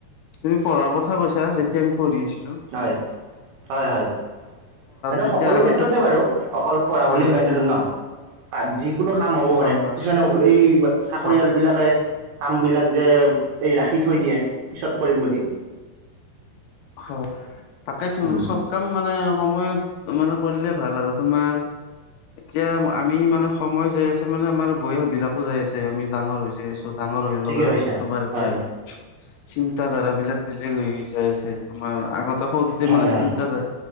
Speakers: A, on the left; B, on the right.
A: তুমি পঢ়াৰ কথা কৈছা যেতিয়া আমি পঢ়ি আছো হেল্ল'
B: হয় হয় হয় এইটো
A: যেতিয়া
B: সকলো
A: আগতে
B: ক্ষেত্ৰতে বাৰু অকল পঢ়া
A: হয়
B: বুলিয়েই
A: হয়
B: নহয় দেচোন ন। যিকোনো কাম হ'ব
A: হয়
B: পাৰে
A: হয়
B: কিছুমানে অ এই চাকৰিয়াল
A: হয়
B: বিলাকে কামবিলাক যে এই ৰাখি থৈ দিয়ে পিছত কৰিম বুলি।
A: হয় তাকেই তো
B: উম
A: চব কাম মানে সময়ত মানে কৰিলে ভাল আৰু তোমাৰ এতিয়া আমি মানে সময় যাই আছে মানে আমাৰ বয়স বিলাকো যাই আছে আমি ডাঙৰ হৈ যায় আছো। ডাঙৰ হৈ
B: ঠিকে
A: লগাই
B: কৈছা
A: তোমাৰ এতিয়া
B: হয়
A: চিন্তা ধাৰা বিলাক বেলেগ হৈ হৈ যায় আছে। তোমাৰ আগতে সৰুতে
B: হয়
A: মানে চিন্তাধাৰ
B: হয়